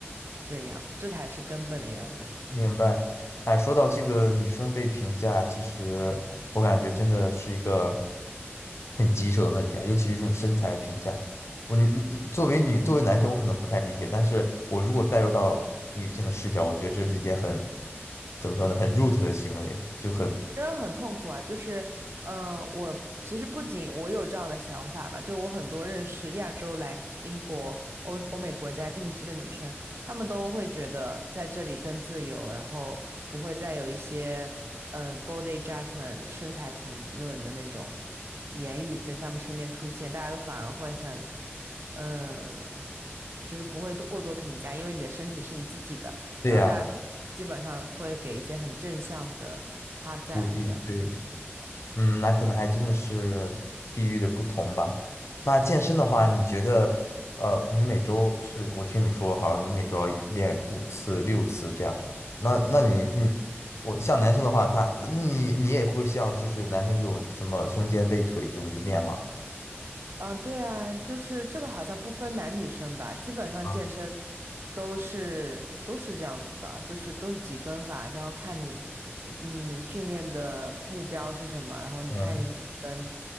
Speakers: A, on the right; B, on the left.
A: 这样，这才是根本的原因。
B: 明白，哎，说到这个女生被评价，其实我感觉真的是一个很棘手的问题啊，尤其是这种身材的评价。我你你作为女，作为男生，我可能不太理解，但是我如果带入到女性的视角，我觉得这是一件很，怎么说呢，很 root 的行为，就很，
A: 真的很痛苦啊！就是，嗯、我其实不仅我有这样的想法吧，就我很多认识亚洲来英国、欧欧美国家定居的女生，她们都会觉得在这里更自由，然后不会再有一些，呃，body judgment 身材评论的那种言语在她们身边出现，大家都反而会很，嗯、就是不会过多评价，因为你的身体是你自己的。
B: 对呀，
A: 然后大家都基本上会给一些很正向的夸赞，
B: 鼓励，
A: 这样。
B: 对，嗯，那可能还真的是地域的不同吧。那健身的话，你觉得，呃，你每周是，我听你说，好像你每周要练五次、六次这样。那，那你，你，我像男生的话，他，那你，你也会像就是男生这种什么胸肩背腿这种去练吗？
A: 嗯，对啊，就是这个好像不分男女生吧，基本上健身
B: 啊，
A: 都是都是这样子的，就是都是几分法，然后看你嗯训练的目标是什么，然后你看你怎么分。
B: 嗯，